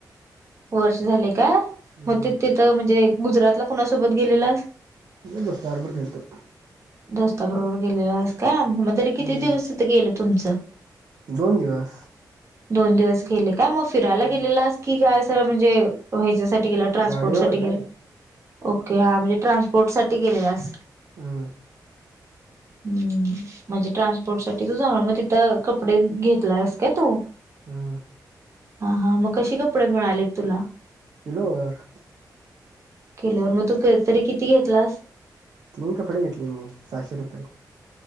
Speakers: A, on the right; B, on the right.
A: वर्ष झाले काय
B: हम्म.
A: मग ते तिथं म्हणजे गुजरातला कुणासोबत गेलेलास.
B: म <unintelligible> दोस्ताबरोबर गेलतो.
A: दोस्ताबरोबर गेलेलास का? मग <unintelligible> तरी किती
B: हम्म.
A: दिवस गेलं तुमचं
B: दोन दिवस.
A: दोन दिवस गेले काय मग फिरायला
B: हम्म.
A: गेलेलास की काय सर <unintelligible> म्हणजे ह्याच्यासाठी े ट्रान्सपोर्ट
B: गाडीवर
A: साठी
B: काय
A: गे ओके हा म्हणजे ट्रान्सपोर्ट साठी गेलेलास
B: हम.
A: हम् म्हणजे ट्रान्सपोर्ट साठी तू झा मग तिथं कपडे घेतलास काय तू
B: हम्.
A: हा हा मग कशी कपडे मिळालेत तुला
B: किलो वर.
A: किलोवर मग तू तरी किती घेतलास.
B: तीन कपडे घेतले मी सहाशे रुपये